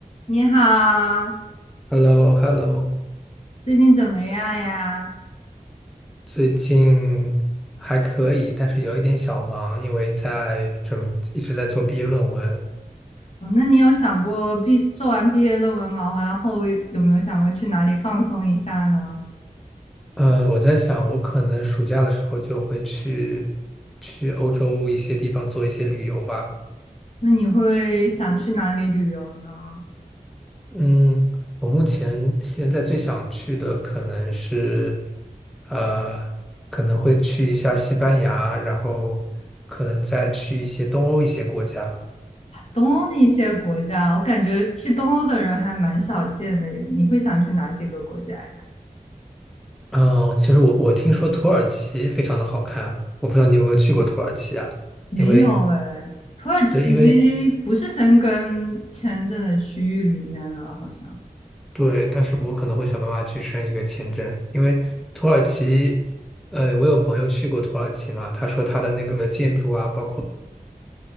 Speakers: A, on the left; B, in the centre.
A: 你好，
B: h e l l o h e l l o
A: 最近怎么样呀？
B: 最近还可以，但是有一点小忙，因为在准一直在做毕业论文。
A: 哦，那你有想过毕做完毕业论文忙完后有没有想过去哪里放松一下呢？
B: 呃，我在想，我可能暑假的时候就会去去欧洲一些地方做一些旅游吧。
A: 那你会想去哪里旅游呢？
B: 嗯，我目前现在最想去的可能是，呃，可能会去一下西班牙，然后可能再去一些东欧一些国家。
A: 东欧的一些国家，我感觉去东欧的人还蛮少见的耶。你会想去哪几个国家呀？
B: 嗯，其实我我听说土耳其非常的好看啊，我不知道你有没有去过土耳其啊？
A: 没有哎，
B: 因为
A: 土耳其不是申根签证的区域里面了，
B: 对，因为
A: 好像。
B: 对，但是我可能会想办法去申一个签证，因为土耳其，呃，我有朋友去过土耳其嘛，他说他的那个建筑啊，包括。